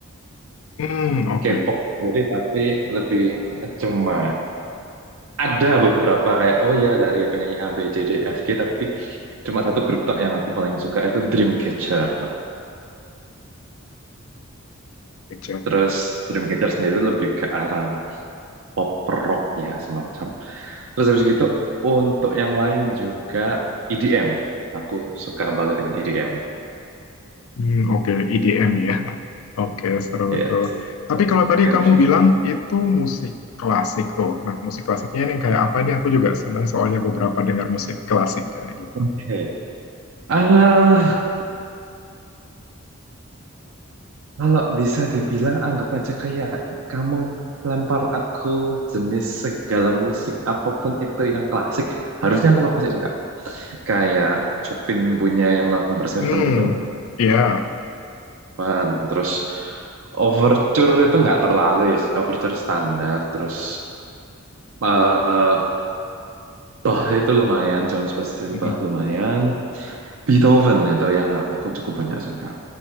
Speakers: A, on the left (about 75°); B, on the right (about 65°).
A: hmm, oke.
B: K-pop sendiri tapi lebih cuma ada beberapa kayak oh ya dari penyanyi A, B, C, D, E, F, G tapi cuma satu grup tok yang aku paling suka itu Dreamcatcher.
A: Oke,
B: Terus Dreamcatcher sendiri itu lebih ke arah pop rock ya semacam. Terus habis gitu untuk yang lain juga EDM. Aku suka banget dengan EDM.
A: Hmm, oke, EDM ya. <laughs> Oke, seru
B: Yes.
A: tuh. Tapi kalau tadi
B: Dance
A: kamu bilang itu musik klasik tuh. Nah, musik klasiknya ini kayak apa nih? Aku juga seneng soalnya beberapa dengar musik klasik kayak gitu.
B: Oke. Ah, kalau bisa dibilang anggap aja kayak kamu lempar aku jenis segala musik apapun itu yang klasik, harusnya aku masih suka. Kayak Chopin punya yang number seven
A: Hmm,
B: itu,
A: iya.
B: Pan. terus Overture itu nggak terlalu ya, Overture standar, terus eh Bach itu lumayan, John Sebastian
A: Hmm.
B: Bach lumayan. Beethoven itu yang aku cukup banyak suka.